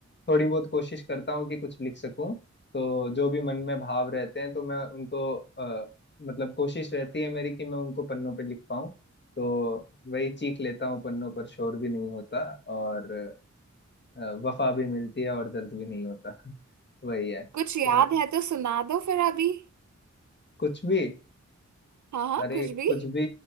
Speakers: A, on the left; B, on the right.
A: थोड़ी बहुत कोशिश करता हूँ कि कुछ लिख सकूँ तो जो भी मन में भाव रहते हैं तो मैं उनको अ, मतलब कोशिश रहती है मेरी कि मैं उनको पन्नों पे लिख पाऊँ तो वही चीख लेता हूँ पन्नों पर शोर भी नहीं होता और अ, वफा भी मिलती है और दर्द भी नहीं होता <laughs> वही है तो
B: कुछ याद है तो सुना दो फिर अभी
A: कुछ भी
B: हाँ हाँ
A: अरे
B: कुछ भी
A: कुछ भी